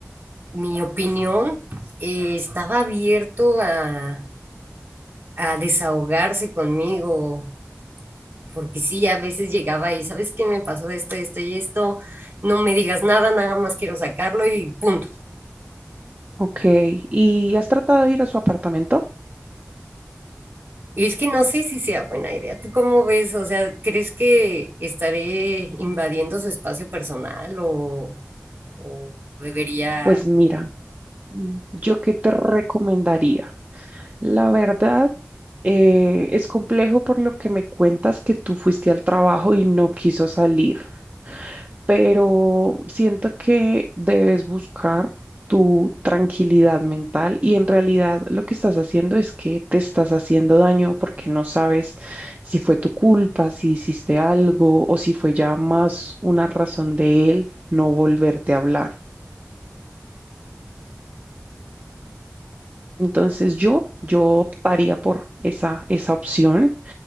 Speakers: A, on the right; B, on the right.
A: mi opinión, eh, estaba abierto a, a desahogarse conmigo, porque sí, a veces llegaba y, ¿sabes qué me pasó esto, esto y esto? No me digas nada, nada más quiero sacarlo y punto.
B: Ok, ¿y has tratado de ir a su apartamento?
A: Y es que no sé si sea buena idea. ¿Tú cómo ves? O sea, ¿crees que estaré invadiendo su espacio personal o, o debería?
B: Pues mira. ¿Yo qué te recomendaría? La verdad, eh, es complejo por lo que me cuentas que tú fuiste al trabajo y no quiso salir, pero siento que debes buscar tu tranquilidad mental y en realidad lo que estás haciendo es que te estás haciendo daño porque no sabes si fue tu culpa, si hiciste algo o si fue ya más una razón de él no volverte a hablar. Entonces yo, yo optaría por esa, esa opción